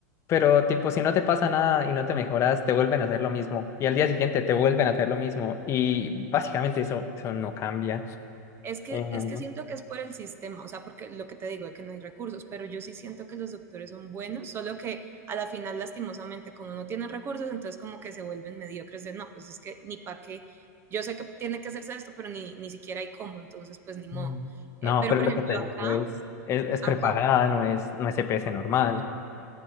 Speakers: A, on the left; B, on the right.
A: pero tipo, si no te pasa nada y no te mejoras, te vuelven a hacer lo mismo. Y al día siguiente te vuelven a hacer lo mismo. Y básicamente eso, eso no cambia.
B: Es que,
A: Eh,
B: es que siento que es por el sistema, o sea, porque lo que te digo es que no hay recursos, pero yo sí siento que los doctores son buenos, solo que a la final, lastimosamente, como no tienen recursos, entonces como que se vuelven mediocres de, no, pues es que ni pa' qué, yo sé que tiene que hacerse esto, pero ni, ni siquiera hay cómo, entonces pues ni modo.
A: mm,
B: Eh,
A: no,
B: pero
A: pero
B: por
A: lo
B: ejemplo,
A: que te digo
B: acá,
A: es, es, es
B: acá
A: preparada, no es, no es EPS normal.